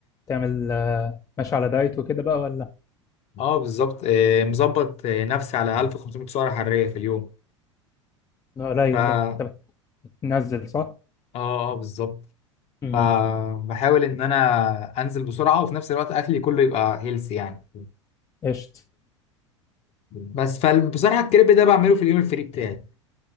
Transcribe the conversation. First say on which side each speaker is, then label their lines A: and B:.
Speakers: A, on the left (about 20°); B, on the left (about 40°).
A: تعمل آه، ماشي على دايت وكده بقى ولا
B: اه بالظبط آه، مظبط آه، نفسي على 1500 سعره حراريه في اليوم
A: لا قليل
B: ف اه
A: لا انت بتنزل صح
B: اه بالظبط
A: امم
B: فبحاول ان انا انزل بسرعه وفي نفس الوقت اكلي كله يبقى هيلثي يعني
A: قشط
B: بس فبصراحه الكريب ده بعمله في اليوم الفري بتاعي